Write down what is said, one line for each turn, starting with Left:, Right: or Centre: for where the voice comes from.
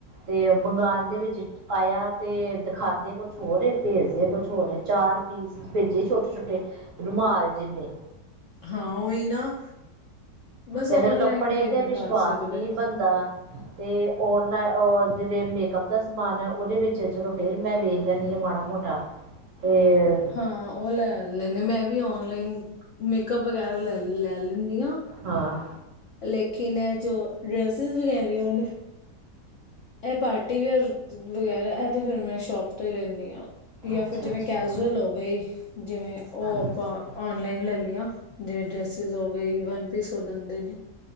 Right: ਤੇ ਮੰਗਾਣ ਦੇ ਵਿੱਚ ਆਯਾ ਤੇ ਖਾਂਦੇ ਕੁਛ ਹੋਰ ਏ ਪੇਜਦੇ ਕੁਛ ਹੋਰ ਏ ਚਾਰ ਪੀਸ ਪੇਜੇ ਛੋਟੇ-ਛੋਟੇ। ਰੁਮਾਲ ਜਿੰਨੇ।
Left: ਹਾਂ ਓਹ ਨਾ ਬਸ
Right: ਤੇ
Left: ਔਨਲਾਈਨ
Right: ਫੇਰ ਕੱਪੜੇ
Left: ਨਹੀਂ
Right: ਤੇ ਵਿਸ਼ਵਾਸ
Left: ਕਰ ਸਕਦੇ
Right: ਨਈ ਬਣਦਾ। ਤੇ ਔਨਲਾ, ਅ ਜੇੜੇ ਮੇਕਅੱਪ ਦਾ ਸਮਾਨ ਏ, ਓਦੇ ਵਿੱਚ ਚਲੋ ਫਿਰ ਮੈਂ ਵੇਖ ਲੈਂਨੀ ਆ ਮਾੜਾ-ਮੋ ਟਾ ਤੇ
Left: ਹਾਂ ਓ ਲੈ ਲੈਂਨੇ, ਮੈਂ ਵੀ ਔਨਲਾਈਨ ਮੇਕਅਪ ਵਗੈਰਾ ਲੈ ਲੈਂਨੀ ਆ।
Right: ਹਾਂ।
Left: ਲੇਕਿਨ ਐ ਜੋ, ਡਰੈਸਿਸ ਵਗੈਰਿਆ ਨੇ ਐ ਪਾਰਟੀ ਵਿਅਰ ਵਗੈਰਾ, ਐ ਤੇ ਫਿਰ ਮੈਂ ਸ਼ੋਪ ਤੋਂ ਈ ਲੇਨੀ ਆ। ਯਾਂ
Right: ਅੱਛਾ
Left: ਫਿਰ ਜਿਵੇਂ
Right: ਅੱਛਾ
Left: ਕੈਜੂਅਲ ਹੋ ਗਈ, ਜਿਵੇਂ ਓ
Right: ਹਾਂਜੀ
Left: ਅਪਾਂ ਔਨਲਾਈਨ ਲੈ ਲਯਾ, ਜਿਵੇਂ ਡਰੈਸਿਸ ਹੋ ਗਈ ਵਨਪੀਸ ਹੋ ਜਂਦੇ ਨੇ।